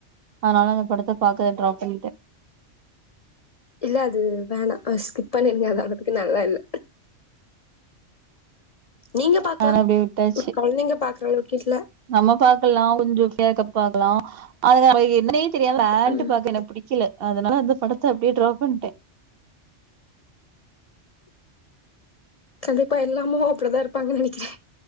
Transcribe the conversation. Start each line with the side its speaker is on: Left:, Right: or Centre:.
Right: அதனால அந்த படத்த பாக்கறத ட்ராப் பண்ணிட்டே
Left: இல்ல அது வேணா அஷ்கு பண்ணிருக்காங்க அதபத்தி நல்லா இல்ல நீங்க பாக்கலாம்
Right: அதனால அப்டியே விட்டாச்சு
Left: கொழந்தைங்கள பாக்குற அளவுக்கு கிஸ்ல
Right: நம்ம பாக்கலாம் கொஞ்சோண்டு இது பாக்கலாம் அது என்ன தெரியாத வேன்ட்டு
Left: ம்
Right: பாக்க எனக்கு புடிக்கல அதனால அந்த படத்த அப்டியே டிரா பண்ட்டே
Left: கண்டிப்பா எல்லாமு அப்பிடிதா இருப்பாங்கன்னு நெனைக்கிறே